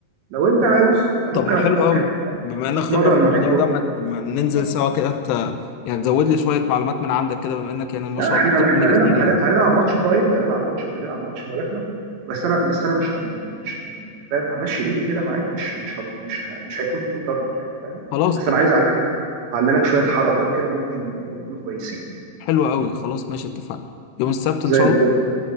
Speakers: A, on the right; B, on the left.
A: لو انت عاوز ممكن
B: طب ما حلو
A: أت- ممكن
B: قوي بما انك
A: اتمرن
B: خبره في
A: معاك
B: الموضوع
A: و...
B: ده ما ت- ما ننزل
A: آه.
B: سوا كده ت... يعني تزود لي شويه معلومات من عندك كده بما انك يعني ما
A: لا
B: شاء
A: احنا
B: الله اكتر
A: احنا
B: مني
A: هنلعب
B: بكتير يعني
A: هنلعب ماتش فايت هنلعب ماتش هنلعب ماتش ملاكمه بس انا بس انا مش ه- يعني مش يعني أنت فاهم همشي ايدي كده معاك مش مش ه- مش ه- مش هيكون في ضرب يعني فاهم
B: خلاص
A: بس
B: تمام
A: انا عايز اعلمك اعلمك شويه حركات كده ممكن يكونوا كويسين
B: حلو قوي خلاص ماشي اتفقنا يوم السبت
A: زي
B: ان شاء
A: الفل
B: الله